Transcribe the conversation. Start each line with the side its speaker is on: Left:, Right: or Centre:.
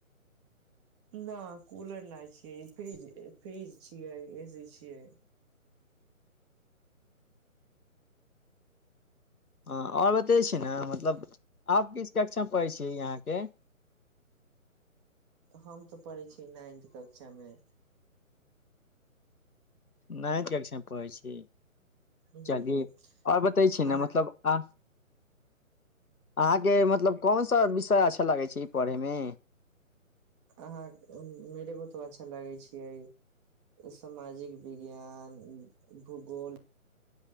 Right: न कूलर नहि छियै ई फ्रिज फ्रिज छियै एसी छियै
Left: हँ आओर बते छी ने मतलब आब किस कक्षा पढ़ै छियै यहाँके
Right: हम तऽ पढ़ै छियै नाइन्थ कक्षा मे
Left: नहि त क छै पै छी
Right: ह
Left: चली ओर बतै छी ने
Right: अहाँ
Left: नब मतलब आ अहाँके मतलब कोन सा विषय अच्छा लागै छै ई पढ़यमे
Right: अहाँ मेरे को त अच्छा लागै छै सामाजिक विज्ञान भूगोल